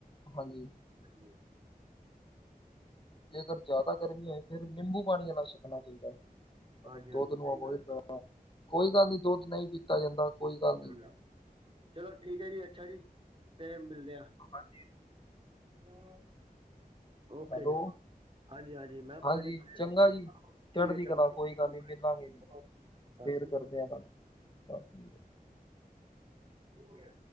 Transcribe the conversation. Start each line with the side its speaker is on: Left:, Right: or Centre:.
Left: ਹਾਂਜੀ
Right: ਜੀ
Left: ਜੇਕਰ ਜ਼ਿਆਦਾ ਗਰਮੀ ਹੋ ਫੇਰ ਨਿੰਬੂ ਪਾਣੀ ਵਾਲ ਨਾਲ ਛਕਣਾ ਚਾਹੀਦਾ ਹੈ ਮਲਬ
Right: ਹਾਂਜੀ ਹਾਂਜੀ
Left: ਦੁੱਧ
Right: ਸਹੀ
Left: ਨੂੰ ਅਵੋਇਡ
Right: ਗੱਲ
Left: ਕਰਨਾ ਕੋਈ ਗੱਲ ਨੀ ਦੁੱਧ ਨਹੀਂ ਪੀਤਾ ਜਾਂਦਾ ਕੋਈ ਗੱਲ
Right: ਚ
Left: ਨੀ
Right: ਚਲੋ ਠੀਕ ਹੈ ਜੀ ਅੱਛਾ ਜੀ ਫੇਰ ਮਿਲਦੀਆ
Left: ਹਾਂਜੀ
Right: ਹੈਲੋ
Left: <inaudible>
Right: ਓਕੇ
Left: ਹੈਲੋ
Right: ਹਾਂਜੀ ਹਾਂਜੀ ਮੈਂ
Left: ਹਾਂਜੀ
Right: ਕੋਈ ਨੀ
Left: ਚੰਗਾ
Right: ਠੀਕ
Left: ਜੀ ਚੜ੍ਹਦੀ
Right: ਹੈ ਚੰਗਾ
Left: ਕਲਾ
Right: ਜੀ
Left: ਕੋਈ ਗੱਲ
Right: ਓਕੇ
Left: ਨੀ ਮਿਲਾਂਗੇ ਜੀ
Right: ਸਤਿ
Left: ਫੇਰ
Right: ਸ੍ਰੀ
Left: ਕਰਦੇ ਆ ਗਲ ਸਾਨ ਸਤਿ ਸ਼੍ਰੀ ਅਕਾਲ
Right: ਦੂਰ ਏ